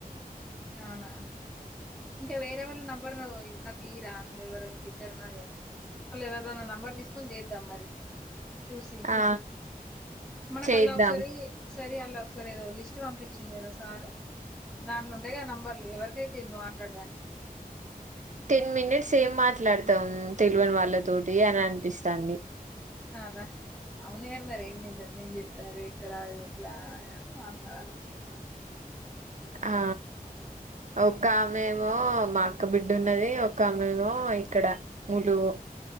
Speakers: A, in the centre; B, on the right.
A: అవునా ఇంకా వేరేవాళ్ళ నంబర్ నువ్వు ఈరా ఎవరు ఇంక ఇద్దరు ఉన్నారు కదా వాళ్ళ ఎవరిదైనా నంబర్ తీసుకొని చేద్దాం మరి చూసి
B: ఆ
A: మనకల్లా
B: చేద్దాం
A: ఒకసారి ఒకసా సారి అలా ఒకసారి ఏదో లిస్ట్ పంపించిండు కదా సార్ దాట్లో ఉంటాయిగా నంబర్లు ఎవరికైతే ఎం వెళ్దాం
B: టెన్ మినిట్స్ ఏం మాట్లాడతాం తెలివని వాళ్ళ తోటి అని అనిపిస్తాంది
A: కాదా అవునుగని మరి ఏంత ఎం చెప్తారు ఎక్కడ ఎట్లా అని మాట్లా
B: ఆ ఒక ఆమె ఏమో మాఅక్క బిడ్డ ఉన్నది ఒక ఆమెమో ఇక్కడ ములుగు